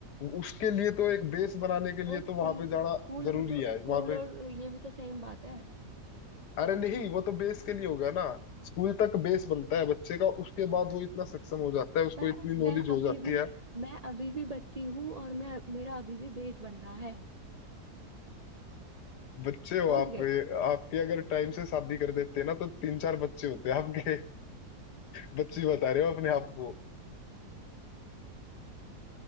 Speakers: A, on the left; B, on the right.
A: उसके लिए तो एक बेस बनाने के
B: तो
A: लिए
B: स्कूल
A: तो वहां पे जाना
B: स्कूल
A: जरूरी
B: भी तो
A: है
B: स्कूल
A: वहां पे
B: और ये भी तो सेम बात है
A: अरे नहीं वो तो बेस के लिए होगा ना स्कूल तक बेस बनता है बच्चे का उसके बाद वो इतना सक्षम हो जाता है उसको
B: मैं
A: इतनी
B: मैं
A: नॉलेज हो
B: अभी
A: जाती
B: भी
A: है
B: मैं अभी भी बच्ची हूँ और मैं मेरा अभी भी बेज बन रहा है
A: बच्चे हो
B: समझ
A: आप
B: गए
A: आपके अगर टाइम से शादी कर देते ना तो तीन चार बच्चे होते आपके बच्ची बता रहे हो अपने आप को